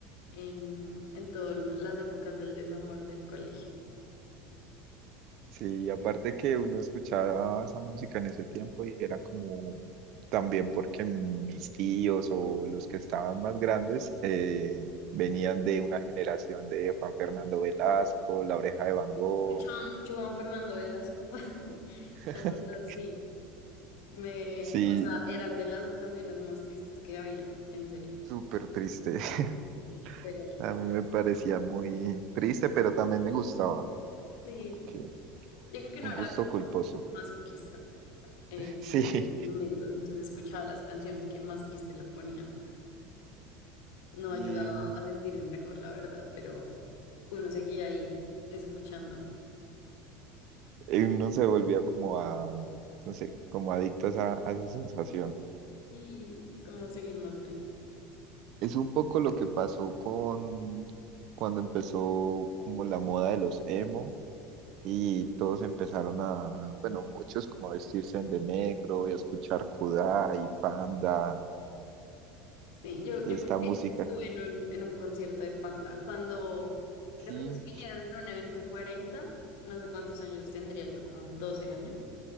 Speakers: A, on the left; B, on the right.
A: en, en todas las épocas del desamor del colegio.
B: Sí, aparte que uno escuchaba esa música en ese tiempo y era como también porque mis tíos o los que estaban más grandes eh, venían de una generación de Juan Fernando Velasco, La Oreja de Van Gogh.
A: Yo Escuchaba mucho Juan Fernando Velasco, <laughs>
B: <laughs>
A: la verdad, sí. Me,
B: Sí,
A: o sea, eran de las canciones más tristes que habían, en serio.
B: súper triste. <laughs>
A: Sí, pero
B: A mí me parecía muy triste, pero también me gustaba,
A: sí,
B: que
A: yo creo que no
B: un
A: era
B: gusto
A: como
B: culposo.
A: masoquista eh,
B: <laughs>
A: en
B: Sí,
A: esos momentos, entonces escuchaba las canciones que más triste lo ponían. No
B: y,
A: ayudaba a sentirse mejor, la verdad, pero uno seguía ahí escuchando
B: y uno se volvía como a, no sé, como adicto a, esa, a esa sensación.
A: y como seguir más triste.
B: Es un poco lo que pasó con cuando empezó como la moda de los emo y todos empezaron a, bueno, muchos como a vestirse de negro y a escuchar Kudai, y Panda
A: Sí, yo,
B: y
A: yo
B: esta
A: confieso
B: música.
A: que estuve en un, en un concierto de Panda cuando creo
B: Sí,
A: que ellos vinieron en un evento 40, no sé cuántos años tendría yo, como 12 años,